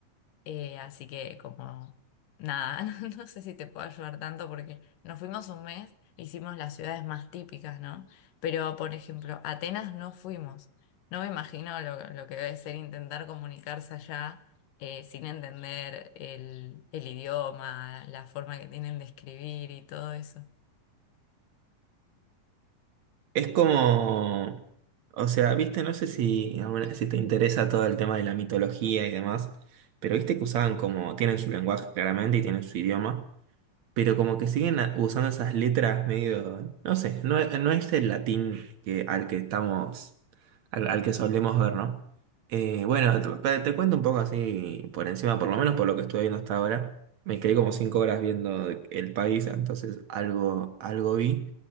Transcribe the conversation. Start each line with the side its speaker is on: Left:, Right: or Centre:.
Left: eh, así que como nada, <laughs> no, no sé si te puedo ayudar tanto porque nos fuimos un mes, hicimos las ciudades más típicas, ¿no? Pero, por ejemplo, Atenas no fuimos. No me imagino lo, lo que debe ser intentar comunicarse allá eh, sin entender el, el idioma, la forma que tienen de escribir y todo eso.
Right: Es como, o sea, viste, no sé si, alguna- si te interesa todo el tema de la mitología y demás, pero viste que usaban como, tienen su lenguaje claramente y tienen su idioma. Pero como que siguen a- usando esas letras medio, no sé, no, no es el latín que, al que estamos, al, al que solemos ver, ¿no? Eh, bueno, te, pa- te cuento un poco así por encima, por lo menos por lo que estuve viendo hasta ahora. Me quedé como cinco horas viendo el país, entonces algo, algo vi.